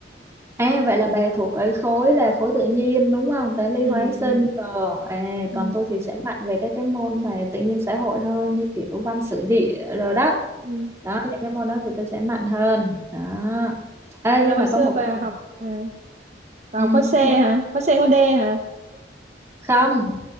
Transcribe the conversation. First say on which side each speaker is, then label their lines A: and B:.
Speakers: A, on the right; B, on the right.
A: À vậy là bà thuộc cái khối là khối tự nhiên đúng không? Toán lý
B: ừ,
A: hóa sinh
B: ừ,
A: rồi. À,
B: ừ.
A: còn tôi thì sẽ mạnh về các cái môn mà tự nhiên xã hội hơn như kiểu văn sử địa rồi đó.
B: ừ.
A: Đó, những cái môn đó thì tôi sẽ mạnh hơn. Đó. Ê,
B: Vậy
A: nhưng
B: là hồi
A: mà
B: xưa
A: có một
B: bà
A: cái điều
B: học ờ, vào
A: ừ.
B: khối C hả khối C khối D hả
A: Không,